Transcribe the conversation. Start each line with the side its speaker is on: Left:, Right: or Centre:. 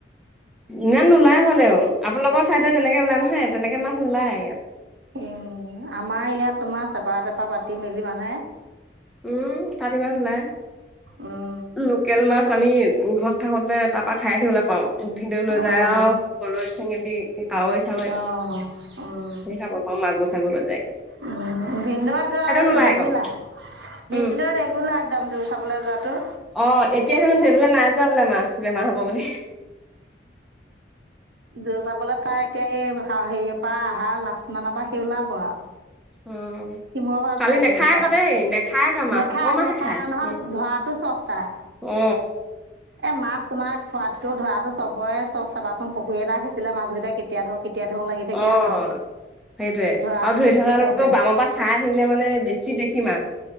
Centre: ইমান নোলাই হ'লেও আপোনালোকৰ ছাইডে যেনেকৈ ওলায় নহয়, তেনেকৈ মাছ নোলায় ইয়াত।
Right: উম, আমাৰ ইয়াত তোমাৰ চেপা-তেপা পাতি মেলি মানে।
Centre: উম তাত ইমান ওলাই
Right: উম,
Centre: লোকেল মাছ আমি ঘৰত থাকোতে তাৰ পৰা খাইয়ে থাকিবলৈ পাওঁ। উ ভিনদেউয়ে লৈ যায়
Right: উম,
Centre: আৰু গৰৈ, চেঙেলী, কাৱৈ-চাৱৈ
Right: অ', উম,
Centre: ধেৰ খাব পাওঁ, মাগুৰ-চাগুৰ। ছাগলে
Right: উম, ভিনদেউটো আৰু
Centre: নোলায়
Right: ৰেগুলাৰ।
Centre: আকৌ
Right: ভিনদেউৰ
Centre: উম
Right: ৰেগুলাৰ একদম জোৰ চাবলৈ যোৱাটো।
Centre: অ' এতিয়া হেনো ধৰিবলে নাই যোৱা বোলে মাছ বেমাৰ হ'ব বুলি।
Right: জোৰ চাবলে কা এতিয়া এই হেৰিয়ৰ পৰা আহাৰৰ লাষ্ট মানৰ পৰা সি ওলাব আৰু।
Centre: অ
Right: সি বৰ ভাল
Centre: কালি
Right: পায়
Centre: নেখায়
Right: জোৰ চাই,
Centre: আকৌ দেই নেখায় আকৌ মাছ
Right: নেখায়,
Centre: অকমানহে
Right: নেখায়
Centre: খায়
Right: নহয়
Centre: উম
Right: ধৰাতো চখ তাৰ,
Centre: অ
Right: এ মাছ তোমাৰ খোৱাতকেও ধৰাতো চখ হয়েই চখ চাবাচোন, পুখুৰী এটা সিচিলে মাছ গীতা কেতিয়া ধৰো, কেতিয়া ধৰো লাগি থাকে
Centre: অ'
Right: হয় নহয়
Centre: সেইটোৱে
Right: ধৰাটো
Centre: আৰু ধৰি
Right: বেছি
Centre: থকাতকৈও
Right: চখ সিহঁতৰ
Centre: বামৰ পা চা চাই থাকিলে মানে বেছি দেখি মাছ